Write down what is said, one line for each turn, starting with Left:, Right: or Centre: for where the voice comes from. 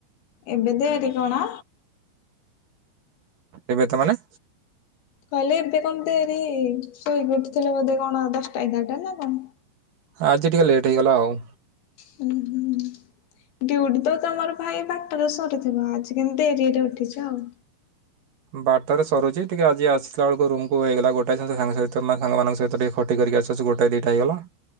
Left: ଏବେଧେ ଆ କୋଣା
Right: ଏବେ ତ ମାନେ
Left: କହିଲେ ଏବେ କଣତିରି ଶୋଇଗଥିଲେ ବୋଧେ କଣ ଦଶଟା ଏଗାରଟା ନା କଣ
Right: ଆଜି ଟିକେ ଲେଟ୍ ହେଇଗଲା ଆଉ
Left: ହୁଁ ହୁଁ ଡଉଟି ତ ତମର ଭାଇ ବାଟରେ ସରିଥିବ ଆଜି କେମତି ଡରିରେ ଉଠିଛ ଆଉ
Right: ବାରଟ ରେ ସରୁଛି ଟିକେ ଆଜି ଆସିଲା ବେଳକୁ ରୁମକୁ ହେଇଗଲା ଗୋଟା ସାଙ୍ଗ ସହିତ ସାଙ୍ଗମାନଙ୍କ ସହିତ ଖଟି କରିକ ଆସୁଛି ଗୋଟଏ ଦିଟା ହେଇଗଲା